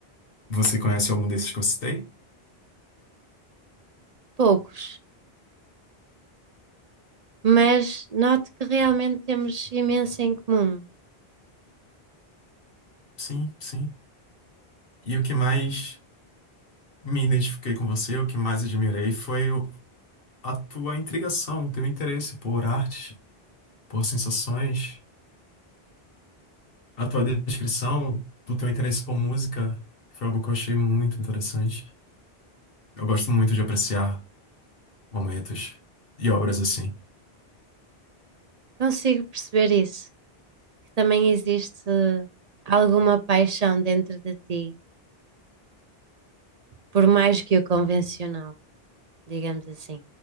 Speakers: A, on the left; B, on the right.
A: Você conhece algum desses que eu citei?
B: Poucos, mas noto que realmente temos imenso em comum.
A: Sim, sim. E o que mais me identifiquei com você, o que mais admirei foi o- a tua intrigação, o teu interesse por arte, por sensações, a tua descrição do teu interesse por música, foi algo que eu achei muito interessante. Eu gosto muito de apreciar momentos e obras assim.
B: Consigo perceber isso, que também existe alguma paixão dentro de ti, por mais que o convencional, digamos assim.